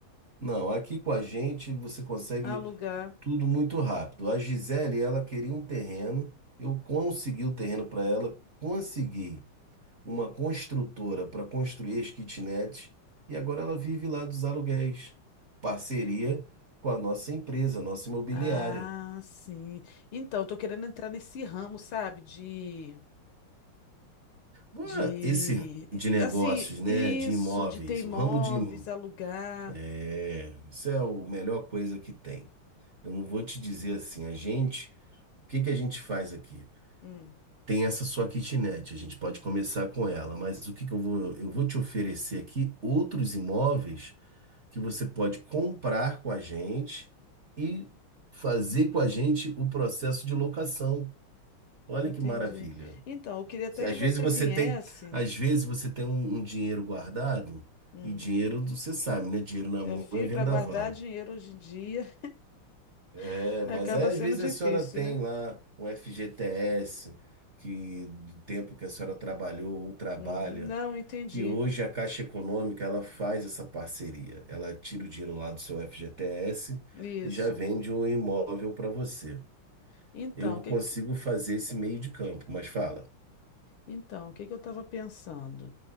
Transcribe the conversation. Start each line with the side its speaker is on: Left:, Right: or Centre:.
Right: Não, aqui com a gente você consegue
Left: Alugar.
Right: tudo muito rápido. A Gisele, ela queria um terreno, eu consegui o terreno para ela, consegui. uma construtora para construir as kitnets e agora ela vive lá dos aluguéis. Parceria com a nossa empresa, a nossa imobiliária.
Left: Ah, sim. Então, tô querendo entrar nesse ramo, sabe? De,
Right: Ué,
Left: de,
Right: Esse de negócios,
Left: assim,
Right: né,
Left: isso,
Right: de imóveis,
Left: de ter imóveis,
Right: o ramo de im-
Left: alugar.
Right: é, isso é a melhor coisa que tem. Eu não vou te dizer assim, a gente, o que que a gente faz aqui?
Left: Hum,
Right: Tem essa sua kitnet, a gente pode começar com ela, mas o que que eu vou, eu vou te oferecer aqui outros imóveis que você pode comprar com a gente e fazer com a gente o processo de locação. Olha
Left: entendi.
Right: que maravilha.
Left: Então, eu queria até
Right: Se- Às
Left: que você
Right: vezes você
Left: viesse.
Right: tem, às vezes você tem um, um dinheiro guardado
Left: Hum,
Right: e dinheiro, você sabe, né? Dinheiro na
Left: meu
Right: mão
Left: filho,
Right: é vendaval.
Left: para guardar dinheiro hoje em dia
Right: É,
Left: <laughs>
Right: mas
Left: acaba
Right: aí,
Left: sendo
Right: às vezes
Left: difícil,
Right: a senhora tem
Left: né?
Right: lá um FGTS que do tempo que a senhora trabalhou ou trabalha
Left: Uhum, não, entendi.
Right: que hoje a Caixa Econômica ela faz essa parceria. Ela tira o dinheiro lá do seu FGTS
Left: Isso.
Right: e já vende um imóvel para você.
Left: Então,
Right: Eu
Left: o que,
Right: consigo
Left: que-
Right: fazer esse meio de campo, mas fala,
Left: então, o que que eu estava pensando?